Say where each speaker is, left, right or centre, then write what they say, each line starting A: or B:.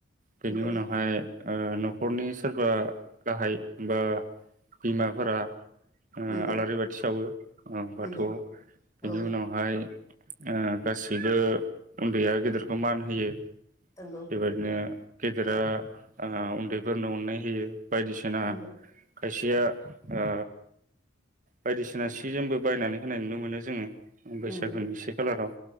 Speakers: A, on the right; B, on the left.
A: बेनि
B: नंगौ
A: उनावहाय ओ न खरनि सोरबा गाहाय बा बिमाफोरा ओ
B: नंगौ
A: आलारि बाथि सावो औ
B: नंगौ
A: बाथौआव
B: औ
A: बेनि उनावहाय ओ गासैबो उन्दैया गेदेरखौ मान होयो
B: नंगौ
A: बेबायदिनो गेदेरा आ उन्दै फोरनो अनाय होयो बायदिसिना
B: नंगौ
A: खायसेया ओ बायदिसिना सि जोमबो बायनानै होनाय नुनो मोनो जोङो उम बैसागुनि
B: नंगौ
A: से खालाराव